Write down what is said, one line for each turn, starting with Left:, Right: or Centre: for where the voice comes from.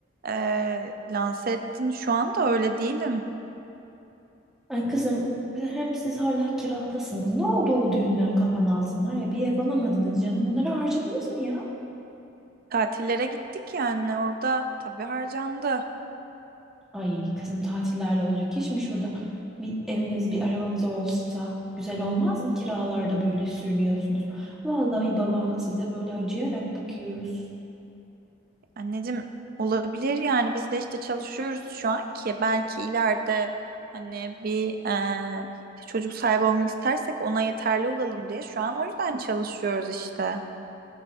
Right: eee lanse ettin şu anda öyle değilim.
Centre: Ay kızım hem siz hala kiradasınız. Ne oldu o düğünden kalan altınlar ya? Bir ev alamadınız canım. Onları harcadınız mı ya?
Right: Tatillere gittik yani orada tabii harcandı.
Centre: Ay kızım tatillerle olacak iş mi şurada? Bir eviniz bir arabanız olsa güzel olmaz mı? Kiralarda böyle sürünüyorsunuz. Vallahi babanla size böyle acıyarak bakıyoruz.
Right: Anneciğim olabilir yani biz de işte çalışıyoruz şu an ki belki ileride hani bir eee, çocuk sahibi olmak istersek ona yeterli olalım diye şu an o yüzden çalışıyoruz işte.